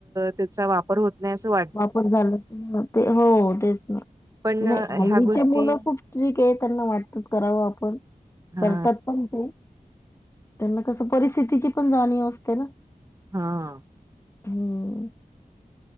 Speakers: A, on the right; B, on the left.
A: त्याचा वापर होत नाही असं वा
B: वापर झाला ते हो तेच ना
A: पण ह्या
B: नाही हल्लीचे
A: गोष्टी
B: मुलं खूप नाही काय त्यांना वाटतच करावं आपण
A: हा
B: करतात पण ते त्यांना कसं परिस्थितीची पण जाणीव असते ना.
A: हा.
B: हो.